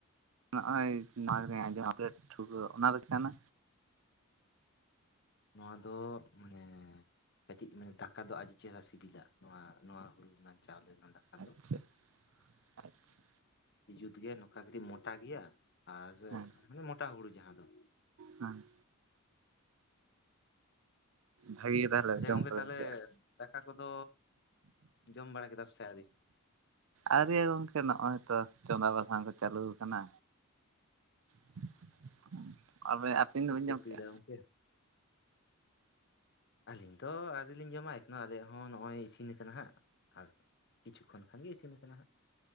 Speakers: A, on the right; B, on the left.
A: ᱱᱚᱜᱼᱚᱭ ᱱᱚᱣᱟ <unintelligible> ᱚᱱᱟ ᱫᱚ ᱪᱮᱫ ᱠᱟᱱᱟ,
B: ᱱᱚᱣᱟ ᱫᱚ ᱢᱟᱱᱮ ᱠᱟᱹᱴᱤᱡ ᱢᱟᱱᱮ ᱫᱟᱠᱟ ᱫᱚ ᱟᱹᱰᱤ ᱪᱮᱦᱨᱟ ᱥᱤᱵᱤᱞᱟ ᱱᱚᱣᱟ ᱱᱚᱣᱟ ᱦᱩᱲᱩ ᱨᱮᱱᱟᱜ ᱪᱟᱣᱞᱮ ᱨᱮᱱᱟᱜ ᱾
A: ᱟᱪᱪᱷᱟ
B: ᱫᱚ,
A: ᱟᱪᱪᱷᱟ
B: ᱦᱮ ᱡᱩᱛ ᱜᱮ ᱚᱠᱟ ᱠᱟᱹᱴᱤᱡ ᱢᱚᱴᱟ ᱜᱮᱭᱟ ᱟᱨ
A: ᱦᱮᱸ
B: ᱢᱟᱱᱮ ᱢᱚᱴᱟ ᱦᱳᱲᱳ ᱡᱟᱦᱟᱸ ᱫᱚ᱾
A: ᱦᱮᱸ ᱵᱷᱟᱜᱤ ᱜᱮ ᱛᱟᱦᱚᱞᱮ
B: ᱟᱪᱪᱷᱟ
A: ᱡᱚᱢ
B: ᱜᱚᱝᱠᱮ
A: ᱠᱚᱫᱚ
B: ᱛᱟᱦᱚᱞᱮ
A: ᱵᱩᱡᱷᱟᱹᱜᱼᱟ
B: ᱫᱟᱠᱟ ᱠᱚᱫᱚ ᱡᱚᱢ ᱵᱟᱲᱟ ᱠᱮᱫᱟᱢ ᱥᱮ ᱟᱹᱣᱨᱤ?
A: ᱟᱹᱣᱨᱤᱭᱟ ᱜᱚᱝᱠᱮ ᱱᱚᱜᱼᱚᱭ ᱛᱚ ᱪᱚᱸᱫᱟ ᱵᱟᱥᱟᱝ ᱠᱚ ᱪᱟᱹᱞᱩ ᱠᱟᱱᱟ᱾ <unintelligible>
B: ᱪᱮᱫ ᱯᱮ ᱩᱛᱩᱭ
A: ᱠᱮᱜᱼᱟ?
B: ᱫᱟ ᱜᱚᱝᱠᱮ? ᱟᱹᱞᱤᱧ ᱫᱚ ᱟᱹᱣᱨᱤᱞᱤᱧ ᱡᱚᱢᱟ ᱮᱠᱷᱚᱱᱳ ᱟᱞᱮᱭᱟᱜ ᱦᱚᱸ ᱱᱚᱜᱼᱚᱭ ᱤᱥᱤᱱ ᱠᱟᱱᱟ ᱦᱟᱸᱜ ᱟᱨ ᱠᱤᱪᱷᱩ ᱠᱷᱚᱱ ᱠᱷᱟᱱ ᱜᱮ ᱤᱥᱤᱱ ᱠᱟᱱᱟ ᱦᱟᱸᱜ᱾